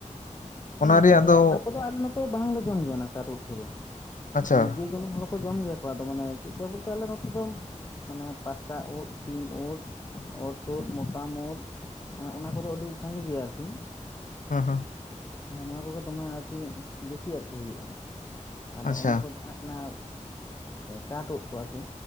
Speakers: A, on the left; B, on the left.
A: <unintelligible>
B: ᱚᱱᱟ ᱨᱮᱭᱟᱜ
A: ᱦᱮᱸ
B: ᱫᱚ
A: ᱚᱱᱟ ᱠᱚᱫᱚ ᱟᱞᱮ ᱱᱚ ᱛᱚ ᱵᱟᱝᱞᱮ ᱡᱚᱢ ᱜᱮᱭᱟ ᱚᱱᱟ ᱠᱟᱴ ᱩᱫ ᱠᱚᱫᱚ
B: ᱟᱪᱪᱷᱟ
A: ᱢᱟᱱᱮ ᱡᱮ ᱡᱮᱢᱚᱱ ᱦᱚᱲ ᱠᱚ ᱡᱚᱢ ᱜᱮᱭᱟ ᱠᱚ ᱟᱫᱚ ᱢᱟᱱᱮ ᱢᱟᱱᱮ ᱪᱮᱫᱠᱟ ᱵᱚᱞᱛᱮ ᱟᱞᱮ ᱱᱚᱛᱮ ᱫᱚᱢ ᱢᱟᱱᱮ ᱯᱟᱴᱠᱟ ᱩᱫ ᱥᱤᱢ ᱩᱫ ᱚᱨ ᱛᱩᱫ ᱢᱚᱛᱟᱢ ᱩᱫ, ᱢᱟᱱᱮ ᱚᱱᱟ ᱠᱚᱫᱚ ᱟᱹᱰᱤ ᱥᱟᱸᱜᱮ ᱜᱮᱭᱟ ᱟᱨᱠᱤ
B: ᱦᱮᱸ ᱦᱮᱸ
A: ᱢᱟᱱᱮ ᱱᱚᱣᱟ ᱠᱚᱜᱮ ᱫᱚᱢᱮ ᱟᱨᱠᱤ ᱵᱤᱥᱤ ᱟᱨᱠᱤ ᱦᱩᱭᱩᱜᱼᱟ, ᱟᱫᱚ
B: ᱟᱪᱪᱷᱟ
A: ᱚᱱᱟ ᱠᱚ ᱡᱟᱦᱟᱸ ᱚᱱᱟ ᱠᱟᱴ ᱩᱫ ᱠᱚ ᱟᱨᱠᱤ